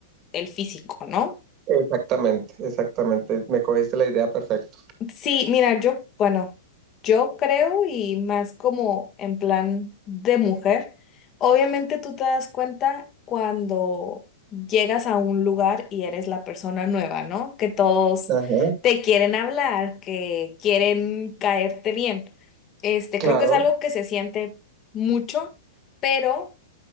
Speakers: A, on the left; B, on the right.
A: el físico, ¿no?
B: Exactamente, exactamente, me cogiste la idea perfecto.
A: Sí, mira, yo, bueno, yo creo y más como en plan de mujer, obviamente tú te das cuenta cuando llegas a un lugar y eres la persona nueva, ¿no? Que todos
B: Ajá.
A: te quieren hablar, que quieren caerte bien. Este,
B: Claro,
A: creo que es algo que se siente mucho, pero